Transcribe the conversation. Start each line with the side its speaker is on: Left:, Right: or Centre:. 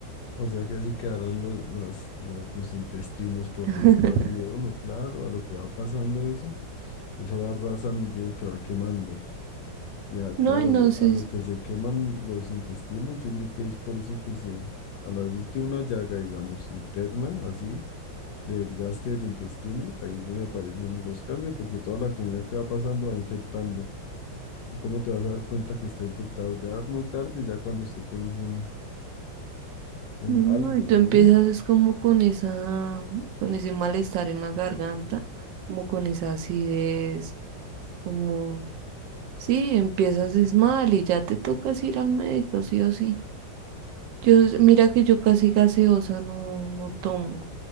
Left: o sea que así quedarán los, las- lo- los intestinos, por
Right: <laughs>
Left: decirlo así, de uno. Claro, a lo que va pasando eso, eso va arrasando, yo digo que va quemando. Y a- claro,
Right: No, y no
Left: a lo,
Right: sé
Left: a lo que se queman los intestinos, yo creo que es por eso que se, al abrirte una llaga, digamos, interna, así, de desgaste del intestino, ahí es donde aparecen los cánceres, porque toda la comida que va pasando va infectando. ¿Cómo te vas a dar cuenta que está infectado? Ya muy tarde, ya cuando usted tiene un, un
Right: No,
Left: algo,
Right: y tú
Left: ¿sí?
Right: empiezas es como con esa, con ese malestar en la garganta, como con esa acidez, como, sí, empiezas es mal y ya te tocas ir al médico, sí o sí. Yo, mira que yo casi gaseosa no, no tomo,